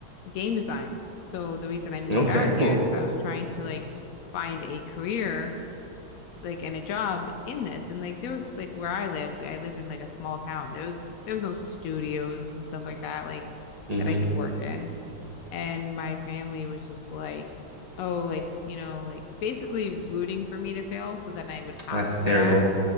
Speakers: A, on the left (about 90°); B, on the right (about 30°).
A: game design. So the reason I moved
B: Okay,
A: out here
B: cool.
A: is I was trying to like find a career like and a job in this and like there was like where I lived, I lived in like a small town. There was there was no studios and stuff like that like
B: hmm
A: that I could work in. And my family was just like, oh, like, you know, like basically rooting for me to fail so then I would have
B: That's
A: to come
B: terrible.
A: back.